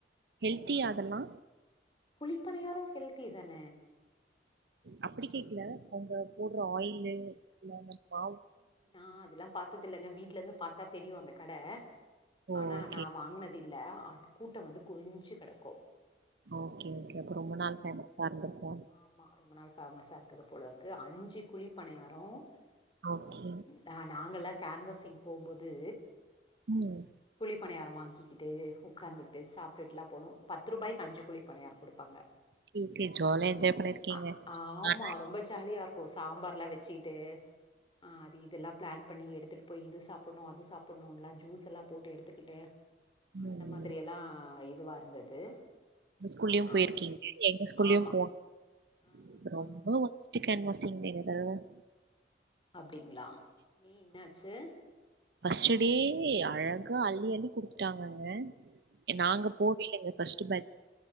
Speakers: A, on the right (about 65°); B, on the left (about 30°).
A: ஹெல்த்தியா அதல்லா
B: குழிப்பணியரொ ஹெல்த்தி தான
A: அப்டி கேக்ல அவ்ங்க போட்ற ஆயிலு இல்ல அந்த மா
B: நா அதுல்லா பாத்தது இல்லங்க வீட்லேந்து பாத்தா தெரியு அந்த கட
A: ஓ
B: ஆனா
A: ஓகே
B: நா வாங்குன தில்ல அ கூட்டொ வந்து குவிஞ்சு கடக்கு
A: ஓகே ஓகே அப்ப ரொம்ப நாள் ஃபேமஸா இருந்துருக்கு
B: ஆமா ரொம்ப நாள் ஃபேமஸ்ஸா இருக்குது போலருக்கு அஞ்சு குழிப்பனியாரொ ஆ
A: ஓகே.
B: த நாங்கல்லா கேன்வாஸிங் போம்போது
A: ம்
B: குழிப்பணியார வாங்கிக்கிட்டு உக்காந்துக்குட்டு சாப்ட்டுட்லா போணோ பத்து ரூபாய்க்கு அஞ்சு குழிப்பணியாரொ குடுப்பாங்க
A: <unintelligible> ஜாலியா என்ஜாய் பண்ணியிருக்கீங்க.
B: அ ஆமா
A: ஆனா
B: ரொம்ப ஜாலியா இருக்கு சாம்பார்லா வெச்சியிட்டு ஆ அது இதுல்லா ப்ளான் பண்ணி எடுத்துட்டு போய் இது சாப்புண்ணு அது சாப்புண்ணுன்லா ஜூஸ் எல்லா போட்டு எடுத்துக்கிட்டு
A: ம்.
B: அந்த மாரி எல்லா இதுவா இருந்தது
A: ஸ்கூல்லயு
B: ஆ
A: போயிருக்கீங்க எங்க ஸ்கூல்லயு
B: ஆமா
A: <inaudible>
B: ஆ ஆ
A: ரொம்ப
B: ஆ
A: ஒஸ் <unintelligible>
B: அப்டிங்ளா ஏ என்னாச்சு
A: ஃபஸ்ட்டு டே அழகா அள்ளி அள்ளி குடுத்துட்டாங்கங்க எ நாங்க
B: ம்
A: போவயில எங்க ஃபஸ்ட்டு பே